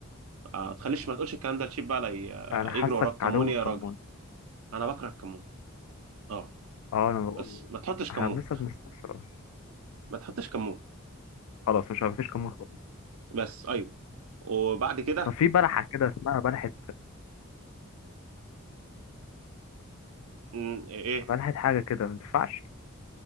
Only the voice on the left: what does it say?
انا حاسك
عدو
الكمون
اه انا بقول
احنا
لسه بنستفسر أهو.
خلاص مش مفيش كمون خلاص
طب في بلحه كده اسمها بلحه
بلحه حاجه كده ما ينفعش